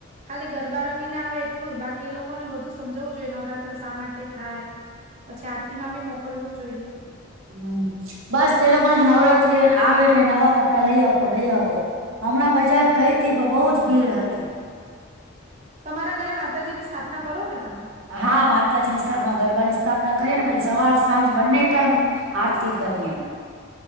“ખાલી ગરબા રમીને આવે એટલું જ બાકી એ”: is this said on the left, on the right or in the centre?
Right